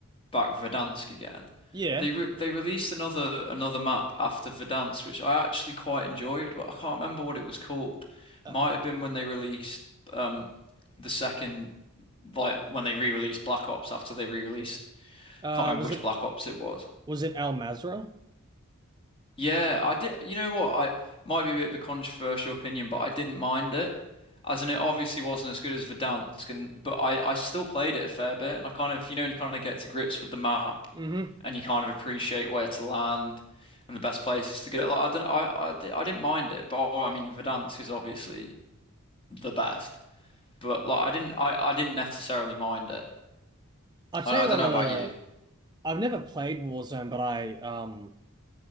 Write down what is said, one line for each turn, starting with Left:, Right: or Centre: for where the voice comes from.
Left: back Verdansk again.
Right: Yeah.
Left: They re they released another another map after Verdansk, which I actually quite enjoyed, but I can't remember what it was called.
Right: Uh,
Left: Might have been when they released um the second like when they re-released Black Ops after they re-released.
Right: uh,
Left: I can't remember
Right: was
Left: which
Right: it
Left: Black Ops it was.
Right: was it Al Mazra?
Left: Yeah, I did. You know what? I might be a bit of a controversial opinion, but I didn't mind it, as in it obviously wasn't as good as Verdansk, and but I I still played it a fair bit, and I kind of you know when you kind of get to grips with the map,
Right: hmm
Left: and you kind of appreciate where to land and the best places to get. Like I don't, I I, di- I didn't mind it, but oh, I mean Verdansk is obviously the best, but like I didn't I I didn't necessarily mind it.
Right: I'll tell
Left: I I
Right: you
Left: don't
Right: one
Left: know
Right: of
Left: about
Right: the
Left: you.
Right: I've never played Warzone, but I um